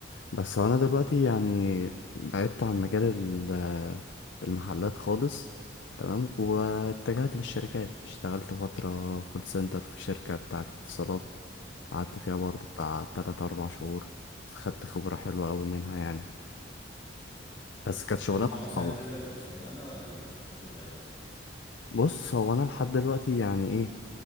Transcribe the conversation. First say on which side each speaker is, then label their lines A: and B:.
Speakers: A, on the left (about 70°); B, on the left (about 25°).
A: بس هو انا دلوقتي يعني بعدت عن مجال ال- المحلات خالص تمام واتجهت للشركات اشتغلت فترة كول سنتر في شركة بتاعة اتصالات قعدت فيها برضو بتاع تلات أربع شهور خدت خبرة حلوة أوي منها يعني
B: أمم.
A: بس كانت شغلانة
B: انت من النوع اصلا
A: صعبة
B: اللي بتثبت في الشغلانة ولا بتحب تغير
A: بص هو أنا لحد دلوقتي يعني إيه